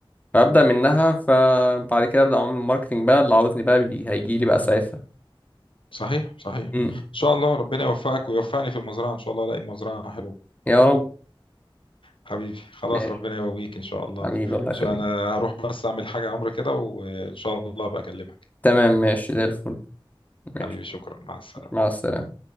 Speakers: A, on the left; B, on the left.
A: فأبدأ منها فبعد كده أبدأ أعمل ماركتينج بقى اللي عاوزني بقى بي... هيجي لي بقى ساعتها
B: صحيح صحيح
A: امم
B: ان شاء الله ربنا يوفقك ويوفقني في المزرعة ان شاء الله الاقي مزرعة حلوة
A: يا رب
B: حبيبي خلاص
A: ماشي
B: ربنا يقويك ان شاء الله
A: حبيبي الله
B: شو
A: يخليك
B: انا هروح بس اعمل حاجة عمري كده وان شاء الله ابقى اكلمك
A: تمام ماشي زي الفل
B: حبيبي
A: ماشي
B: شكرا مع السلامة
A: ماشي، مع السلامة